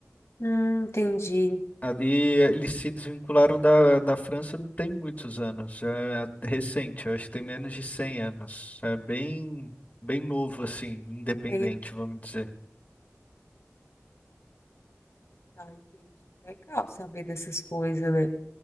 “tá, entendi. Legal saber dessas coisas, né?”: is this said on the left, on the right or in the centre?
Left